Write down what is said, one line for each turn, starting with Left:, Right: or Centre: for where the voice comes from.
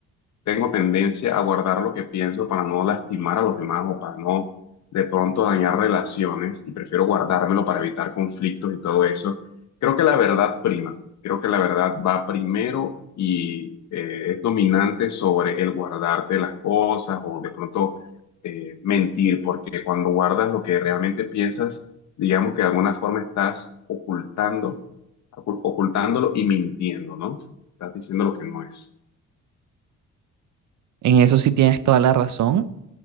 Left: tengo tendencia a guardar lo que pienso para no lastimar a los demás o para no de pronto dañar relaciones y prefiero guardármelo para evitar conflictos y todo eso. Creo que la verdad prima, creo que la verdad va primero y eh, es dominante sobre el guardarte las cosas o de pronto eh, mentir, porque cuando guardas lo que realmente piensas, digamos que de alguna forma estás ocultando, ocu- ocultándolo y mintiendo, ¿no? Estás diciendo lo que no es.
Right: En eso sí tienes toda la razón